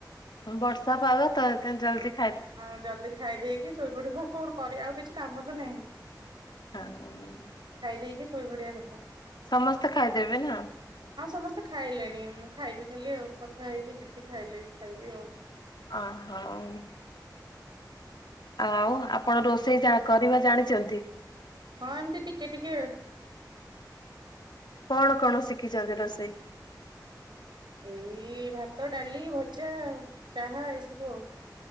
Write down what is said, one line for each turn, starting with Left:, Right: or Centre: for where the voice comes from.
Left: ବର୍ଷା ପାାଗ ତ ସେଥିପାଇଁ ଜଲଦି
Right: ହଁ ଜଲଦି ଖାଇ ଦେଇକି ଶୋଇପଡିଭ କଣ କରିବା ଆଉ କିଛି କାମ ତ ନାହିଁ।
Left: ହଁ
Right: ଖାଇ ଦେଇକି ଶୋଇ ପଡିବା କଥା।
Left: ସମସ୍ତେ ଖାଇଦେବେ ନା?
Right: ହଁ ସମସ୍ତେ ଖାଇଲେଣି। ମୁଁ ଖାଇବି ଖାଲି ଆଉ କଥା ହେଇକି ଯିବି ଖାଇଲେ ଖାଇବି ଆଉ।
Left: ଓ ହୋଉ। ଆଉ ଆପଣ ରୋଷେଇ ଚା କରିବା ଜାଣିଚନ୍ତି।
Right: ହଁ ଏମିତି ଟିକେ ଟିକେ
Left: କଣ କଣ ଶିଖିଛନ୍ତି ରୋଷେଇ?
Right: ଏଇ ଭାତ, ଡାଲି, ଭଜା, ଚାହା ଏଇ ସବୁ।